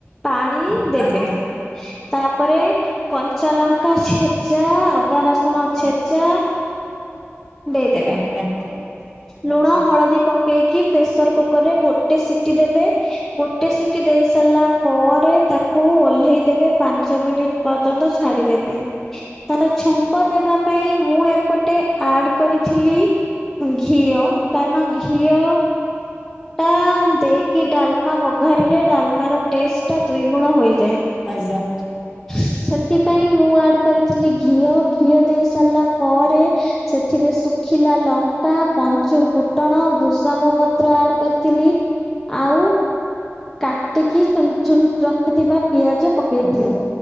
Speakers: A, in the centre; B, on the right.
A: ପା ଣି
B: ଆଜ୍ଞା
A: ଦେବେ।
B: ଆଜ୍ଞା
A: ତା ପରେ କନ୍ ଞ୍ଚାଲଙ୍କା ଛେଚା, ଅଦା ରସୁଣ ଛେଚା ଦେଇଦେବେ।
B: ଆଜ୍ଞା।
A: ଲୁଣ, ହଳଦୀ ପକେଇକି ପ୍ରେସର କୁକରରେ ଗୋଟେ ସିଟି ଦେବେ। ଗୋ ଟେ ସିଟି ଦେଇ ସାରିଲା ପରେ ତାକୁ ଓହ୍ଲେଇ ଦେବେ। ପାଞ୍ଚ ମିନିଟ୍ ପର୍ଯ୍ୟନ୍ତ ଛାଡିଦେବେ। ତାର ଛୁଙ୍କ ଦେବା ପାଇଁ ମୁଁ ଏପଟେ ଆଡ୍ କରିଥିଲି ଘିଅ କାରଣ ଘିଅ ଟା ଦେଇକି ଡାଲମା ବଘାରିଲେ ଡାଲମାର ଟେଷ୍ଟ ଟା ଦୁଇ ଗୁଣ ହୋଇଯାଏ।
B: ଆଜ୍ଞା।
A: ସେଥିପାଇଁ ମୁଁ ଆଡ୍ କରିଥିଲି ଘିଅ। ଘିଅ ଦେଇ ସାରିଲା ପରେ ସେଥିରେ ଶୁଖିଲା ଲଙ୍କା, ପଞ୍ଚୁ ଫୁଟଣ, ଭୃଷଙ୍ଗ ପତ୍ର ଆଡ଼୍ କରିଥିଲି ଆଉ କାଟିକି ଚୁନ୍ ଚୁନ୍ ରଖିଥିବା ପିଆଜ ପକେଇଥିଲି।
B: ଆଜ୍ଞା